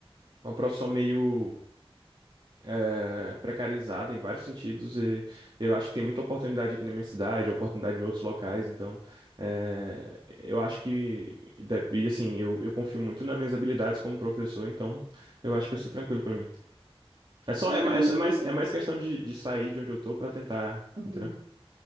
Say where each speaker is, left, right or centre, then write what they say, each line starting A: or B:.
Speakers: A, on the right; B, on the right.
A: uma profissão meio eh, precarizada em vários sentidos e eu acho que tem muita oportunidade aqui na minha cidade, oportunidade em outros locais, então eh, eu acho que e assim, eu, eu confio muito nas minhas habilidades como professor, então eu acho que vai ser tranquilo pra mim. É só
B: Eu
A: é, ma-
B: fico
A: é
B: muito
A: só- é mais
B: feliz.
A: é mais questão de, de sair de onde eu tô pra tentar,
B: Uhum.
A: entendeu?